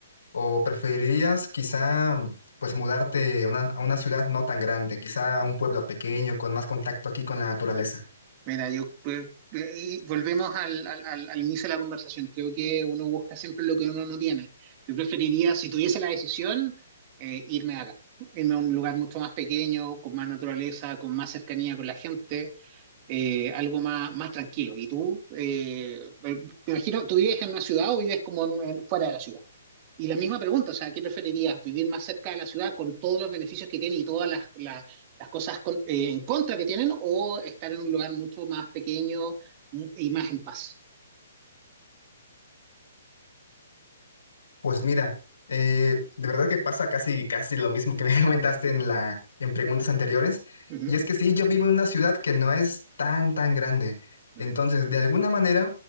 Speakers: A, on the left; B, on the right.
A: ¿O preferirías quizá pues mudarte a una, a una ciudad no tan grande, quizá a un pueblo pequeño con más contacto aquí con la naturaleza?
B: Mira, yo eh, eh, y volvemos al, al- al- al inicio de la conversación. Creo que uno busca siempre lo que uno no tiene. Yo preferiría, si tuviese la decisión, eh, irme de acá, irme a un lugar mucho más pequeño, con más naturaleza, con más cercanía con la gente, eh, algo más, más tranquilo. ¿Y tú? Eh, eh, me imagino, ¿tú vives en una ciudad o vives como en un- en- fuera de la ciudad? Y la misma pregunta, o sea, ¿qué preferirías? ¿Vivir más cerca de la ciudad con todos los beneficios que tiene y todas las las cosas con- eh, en contra que tienen o estar en un lugar mucho más pequeño mm, y más en paz.
A: Pues mira, eh, de verdad que pasa casi, casi lo mismo que me <laughs> comentaste en la, en preguntas anteriores.
B: Ujú,
A: Y es que sí, yo vivo en una ciudad que no es tan, tan grande.
B: ujú,
A: Entonces, de alguna manera,